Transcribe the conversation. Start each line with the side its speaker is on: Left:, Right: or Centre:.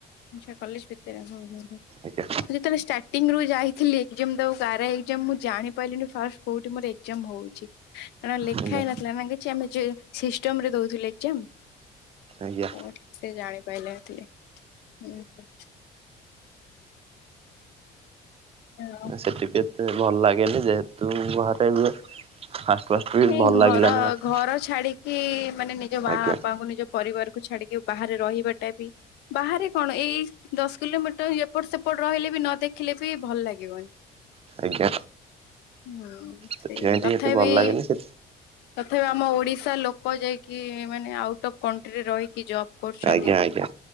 Left: ଆଚ୍ଛା କଲେଜ୍ ଭିତରେ ହୁଁ ହୁଁ ହୁଁ।
Right: ଆଜ୍ଞା।
Left: ମୁଁ ଯେତେବେଳେ ଷ୍ଟାର୍ଟିଂଙ୍ଗ ରୁ ଯାଇଥିଲି ଏଜାମ୍ ଦବାକୁ ର ଆରାଇ ଏଜମ୍ ମୁଁ ଜାଣିପାରିଲିନି ଫାଷ୍ଟ କୋଉଠି ମୋର ଏକ୍ଜାମ ହଉଛି। କାରଣ ଲେଖା
Right: ଆଜ୍ଞା
Left: ହେଇ ନଥିଲା ନା କିଛି ଆମେ ଯ ସିଷ୍ଟମ ରେ ଦଉଥିଲୁ ଏଜାମ।
Right: ଆଜ୍ଞା।
Left: ମୁଁ ଠିକ ସେ ଜାଣିପାରିନଥିଲି। ହୁଁ ହ। ହେଲୋ।
Right: ସେଠିବି ଏତେ ଭଲ ଲାଗେନି ଯେହେତୁ ଘରେ ରୁହେ ଫାଷ୍ଟ ଫାଷ୍ଟ ବି
Left: ହଁ
Right: ଭଲ
Left: ଘର
Right: ଲାଗିଲାନି ମତେ
Left: ଘର ଛାଡିକି ମାନେ ନିଜ ମା
Right: ଆଜ୍ଞା
Left: ବାପାଙ୍କୁ ନିଜ ପରିବାରକୁୁ ଛାଡିକି ବାହାରେ ରହିବାଟା ବି ବାହାରେ କଣ ଏଇ ଦଶ କିଲୋମିଟର ଏପଟ ସେପଟ ରହିଲେ ବି ନ ଦେଖିଲେ ବି ଭଲ ଲାଗିବନି।
Right: ଆଜ୍ଞା।
Left: ହୁଁ
Right: ସେଥିପାଇଁ
Left: ସେଇଆ
Right: ଟିକେ
Left: ତଥାବି
Right: ଏଠି ଭଲ ଲାଗେନି ସେ
Left: ତଥାପି ଆମ ଓଡିଶା ଲୋକ ଯାଇକି ମାନେ ଆଉଟ୍ ଅଫ୍ କଣ୍ଟ୍ରିରେ ରହିକି ଜବ୍ କରୁଚନ୍ତି।
Right: ଆଜ୍ଞା ଆଜ୍ଞା